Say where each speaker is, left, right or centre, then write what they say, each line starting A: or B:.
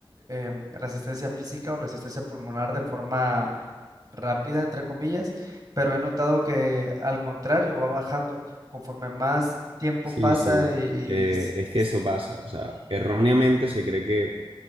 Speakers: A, on the right; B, on the right.
A: em, resistencia física o resistencia pulmonar de forma rápida, entre comillas, pero he notado que al contrario, va bajando conforme más tiempo
B: Sí,
A: pasa
B: sí,
A: y,
B: Eh,
A: y s-
B: es que
A: s-
B: eso pasa, o sea, erróneamente se cree que